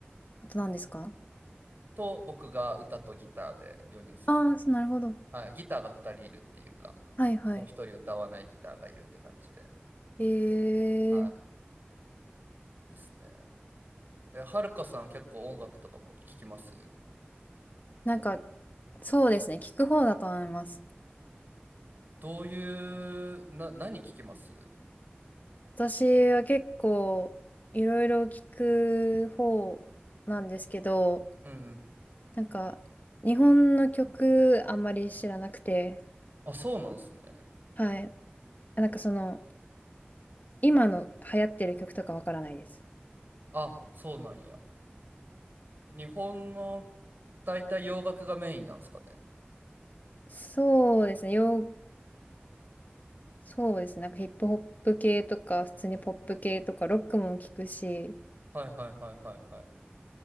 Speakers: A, on the left; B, on the right.
A: あと何ですか
B: と僕が歌とギターで4人っすね。
A: ああー、そう、なるほど。
B: はい。ギターが2人いるっていうか、
A: はいはい。
B: もう1人歌わないギターがいるって感じで。
A: え
B: はい。
A: ー、
B: ですね。え、はるかさん結構音楽とかも聞きます
A: なんか、そうですね、聞く方だと思います。
B: どういう、な、何聞きます
A: 私は結構、いろいろ聞く方なんですけど、
B: うん。
A: なんか、日本の曲あんまり知らなくて、
B: あ、そうなんですね。
A: はい。なんかその、今の流行ってる曲とかわからないです。
B: あ、そうなんや。日本の大体洋楽がメインなんですかね。
A: そうですね、洋そうですね。なんかヒップホップ系とか、普通にポップ系とか、ロックも聞くし、
B: はいはいはいはいはい。